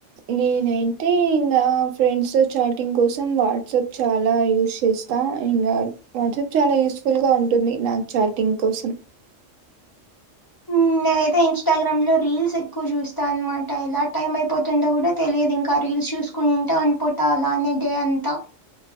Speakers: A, on the right (about 80°); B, on the left (about 35°).
A: నేనైతే నా ఫ్రెండ్స్తో చాటింగ్ కోసం వాట్సాప్ చాలా యూస్ చేస్తా త ఇంకా వాట్సాప్ చాలా యూస్ఫుల్ గా ఉంటుంది నాకు చాటింగ్ కోసం
B: హ్మ్. నేనైతే ఇన్స్టాగ్రామ్ లో రీల్స్ ఎక్కువ చూస్తా అనమాట ఎలా టైమ్ అయిపోతుందో కూడా తెలియదు ఇంకా రీల్స్ చూసు కుంటా అన్ పోటల అనేదే అంతా